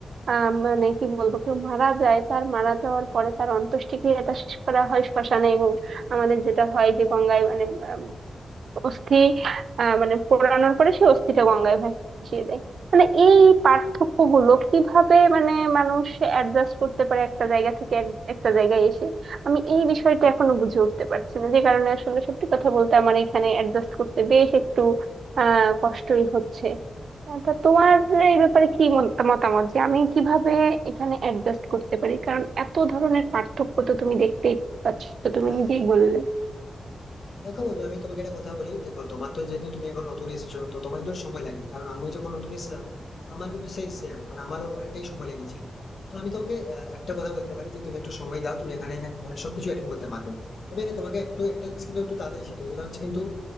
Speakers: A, on the right; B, on the left.
A: আহ মানে কি বলবো কেউ মারা যায় তার মারা যাওয়ার পরে তার অন্ত্যেষ্টিক্রিয়াটা শেষ করা হয় শ্মশানে এবং আমাদের যেটা হয় যে গঙ্গায় মানে আম, অস্থি আহ, মানে পোড়ানোর পরে সেই অস্থিটা গঙ্গায় ভাসিয়ে দেয় মানে এই পার্থক্য গুলো কিভাবে মানে মানুষ অ্যাডজাস্ট করতে পারে একটা জায়গা থেকে এক- একটা জায়গায় এসে আমি এই বিষয়টা এখনো বুঝে উঠতে পারছি না যে কারণে আসলে সত্যি কথা বলতে আমার এখানে অ্যাডজাস্ট করতে বেশ একটু আহ কষ্টই হচ্ছে আহ, তা তোমার এই ব্যাপারে কি মত- মতামত যে আমি কিভাবে এখানে অ্যাডজাস্ট করতে পারি কারণ এত ধরনের পার্থক্য তো তুমি দেখতেই পাচ্ছ তুমি
B: হ্যাঁ
A: নিজেই বললে
B: দেখো বন্ধু আমি তোমাকে একটা কথা বলি দেখো তোমার তো যেহেতু তুমি এখন নতুন এসেছো তো তোমার তো সময় লাগবে কারণ আমি যখন নতুন এসেছিলাম আমার কিন্তু সেই সেম মানে আমারও অনেকটাই সময় লেগেছিল তো আমি তোমাকে আহ, একটা কথা বলতে পারি যে তুমি একটু সময় দাও তুমি এখানে মানে সবকিছু অ্যাটেন্ড করতে পারবে তবে হ্যাঁ, তোমাকে একটু একটা জিনিস কিন্তু একটু তাড়াতাড়ি শিখতে হবে সেটা হচ্ছে কিন্তু